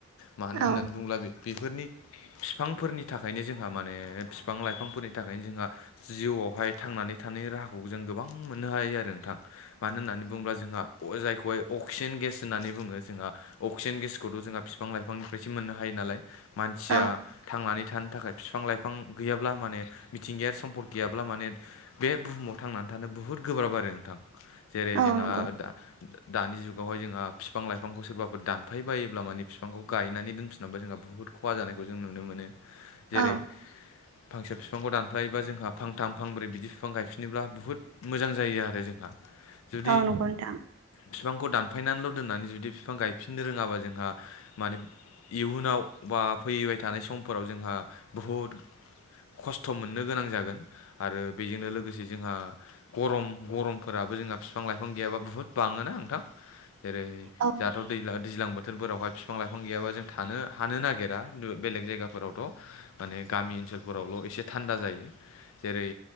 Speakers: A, on the left; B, on the right.
A: मानो
B: औ
A: होननानै बुङोब्ला बे बेफोरनि फिफांफोरनि थाखायनो जोंहा माने फिफां लाइफांफोरनि थाखायनो जोंहा जिउआवहाय थांनानै थानायनि राहाखौ जों गोबां मोननो हायो आरो नोंथां मानो होननानैबुंब्ला जोंहा अ जायखौहाय अक्सिजेन गेस होन्नानै बुङो जोंहा अक्सिजेन गेसखौथ' जोंहा फिफां लाइफांनिफ्रायसो मोननो हायो नालाय मानसिया
B: औ
A: थांनानै थानो थाखाय फिफां लाइ फां गैयाब्ला माने मिथिंगायार सम्पद गैयाब्ला माने बे बुहुमाव थांनानै थानो बुहुद गोब्राब आरो नोंथां जेरै
B: औ
A: जोंहा
B: नंगौ
A: दा दानि जुगावहाय जोंहा फिफां लाइ बिफांखौ सोरबाफोर दानफाय बायोब्ला माने बिफांखौ गायनानै दोनफिनब जोंहा बुहुत खहा जानायखौ जों नुनो मोनो जेरै
B: औ
A: फांसे फिफांखौ दानफायोबा जोंहा फांथां फांब्रै बिदि फिफां गायफिनोब्ला बुहुत मोजां जायो आरो जोंहा जुदि
B: औ नंगौ नोंथां
A: फिफांखौ दानफायनानैल' दोननानै जुदि फिफां गायफिननो रोङाबा जोंहा माने इयुनाव बा फैबाय थानाय समफोराव जोंहा बहुद खस्थ' मोननो गोनां जागोन आरो बेजोंनो लोगोसे जोंहा गरम गरमफोराबो जोंहा फिफां लाइफां गैयाबा बुहुद बाङोना नोंथां जेरै
B: औ
A: जाहाथ' दै दैज्लां बोथोरफोरावहाय बिफां लाइफां गैयाबा जों थानो हानो नागिरा बेलेग जायगाफोरावथ' माने गामि ओनसोलफोरावल' एसे थान्दा जायो जेरै